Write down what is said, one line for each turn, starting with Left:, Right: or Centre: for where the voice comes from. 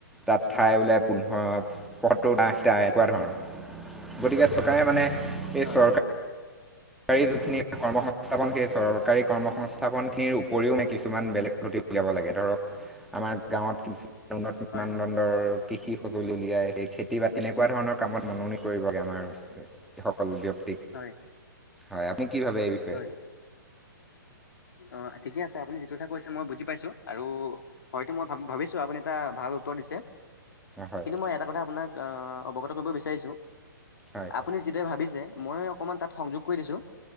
Centre: তাত
Left: হয়
Centre: ঠাই ওলাই পোন্ধৰ পথটো ডাতাই এনেকুৱা ধৰণৰ গতিকে চৰকাৰে মানে এই
Left: হয়
Centre: চৰকাৰে। চৰকাৰী, যিখিনি কৰ্ম সংস্থাপন সেই চৰকাৰী কৰ্মসংস্থাপন। উত্থাপনখিনিৰ উপৰিও নেকি কিছুমান বেলেগ পদ্ধতি উলিয়াব লাগে ধৰক আমাৰ গাঁৱত। কিছু উন্নত মানদণ্ডৰ,
Left: হয় হয়
Centre: কৃষি, সঁজুলি উলিয়াই সেই খেতি বা তেনেকুৱা ধৰণৰ কামত মননি কৰিবগে আমাৰ যিসকল ব্যক্তিক।
Left: হয়
Centre: হয় আপনি কি ভাবে এৰি
Left: হয় অ ঠিকে আছে। আপুনি যিটো কথা কৈছে মই বুজি পাইছো আৰু হয়তো মই ভাব ভাবিছো আপুনি এটা ভাল উত্তৰ দিছে
Centre: হয়
Left: কিন্তু মই এটা কথা আপোনাক অৱগত কৰিব বিচাৰিছোঁ।
Centre: হয়।
Left: আপুনি যিদৰে ভাবিছে মই অকণমান তাত সংযোগ কৰি দিছোঁ